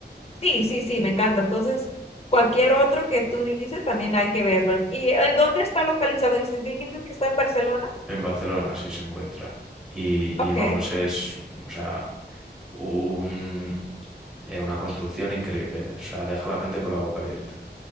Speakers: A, on the left; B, in the centre.
A: Sí, sí, sí, me encanta. Entonces, cualquier otro que tú dices también hay que verlo. ¿Y eh, dónde está localizado? Dices, dijiste que está en Barcelona.
B: En Barcelona sí se encuentra. Y,
A: Ok.
B: y vamos, es, o sea, un, eh, una construcción increíble. O sea, deja a la gente con la boca abierta.